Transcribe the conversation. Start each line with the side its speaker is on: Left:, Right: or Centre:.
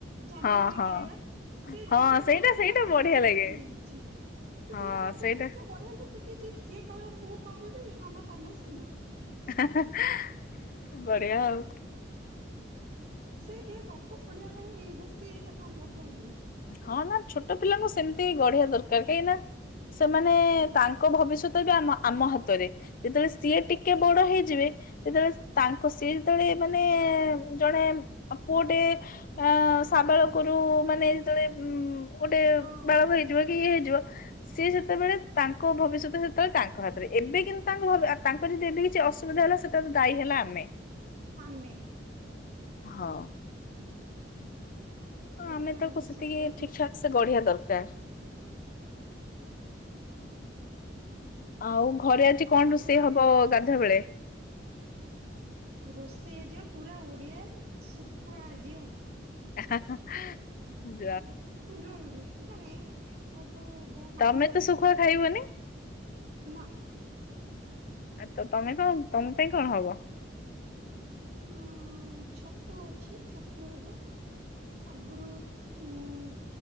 Right: ଜାମ୍ମୁ
Left: ହଁ
Right: କୋଳି
Left: ହଁ
Right: ଖାଇବା। ସେ
Left: ହଁ
Right: ଦିଟା
Left: ସେଇଟା
Right: ଗପ
Left: ସେଇଟା
Right: ପୁରା ଭଲସେ
Left: ବଢିଆ ଲାଗେ
Right: ଶିଖି ଯାଇଛି। ସେ
Left: ହଁ
Right: ଦିଟା ଗପକୁ
Left: ସେଇଟା
Right: ଏତେ ବଢିଆ ସେ ଶିଖିଛି। ସିଏ କହିବ ମୁଁ କହିବି ମାମା ତମେ ଶୁଣ।
Left: ହା ହା ହା। ବଢଆ ଆଉ।
Right: ସେ ଟିକେ ଗପ ଶୁଣିବା ପାଇଁ, ବେଶୀ ତାକୁ ମଜା ଲାଗେ।
Left: ହଁ ନା ଛୋଟ ପିଲାଙ୍କୁ ସେମିତି ଗଢ଼ିଆ ଦରକାର। କାହିଁ କିନା ସେମାନେ ତାଙ୍କ ଭବିଷ୍ୟତ ବି ଆମ- ଆମ ହାତରେ। ଯେତେବେଳେ ସିଏ ଟିକେ ବଡ ହେଇଯିବେ ଯେତେବେଳେ ତାଙ୍କ ସେ ଯେତେବେଳେ, ମାନେ ଜଣେ ପୁଅଟେ ଅ ସାବାଳ କରୁ। ମାନେ ଯେତେବେଳେ ଉ ଗୋଟେ
Right: ହଁ
Left: ବାଳକ ହେଇଥିବ କି, ଇଏ ହେଇଯିବ ସିଏ ସେତେବେଳେ ତାଙ୍କ ଭବିଷ୍ୟତ ସେତେବେଳେ, ତାଙ୍କ ହାତରେ। ଏବେ କିନ୍ତୁ ତାଙ୍କ, ତାଙ୍କରି ଯଦି ଏବେ କିଛି ଅସୁବିଧା ହେଲା। ସେତେବେଳେ ଦାୟୀ ହେଲା ଆମେ।
Right: ଆମେ।
Left: ହଁ। ହଁ
Right: ଏଇଟା
Left: ଆମେ ତାକୁ ସେତିକି
Right: ସତ କଥା
Left: ଠିକ୍ ଠାକ୍ ସେ ଗଢିଆ ଦରକାର। ଆଉ ଘରେ ଆଜି କଣ
Right: ଆଗରୁ
Left: ରୋଷେଇ ହବ, ଗାଧୁଆ ବେଳେ?
Right: ରୋଷେଇ ଆଜିଅ ପୁରା ଓଡିଆ, ଶୁଖୁଆ ଆଜି ହବ।
Left: <inaudible>
Right: ପୁରା ଓଡିଆ। ନାଇଁ ବୋଧେ ବହୁ
Left: ତମେ
Right: ମାଛ
Left: ତ
Right: ବି
Left: ଶୁଖୁଆ
Right: କରିପାରେ।
Left: ଖାଇବନି
Right: ନା।
Left: ଆ ତ ତମେ କଣ? ତମ ପାଇଁ କଣ ହବ?
Right: ଉଁ ଛତୁ ଅଛି ଛତୁ ହବ। ଆଗରୁ ଉଁ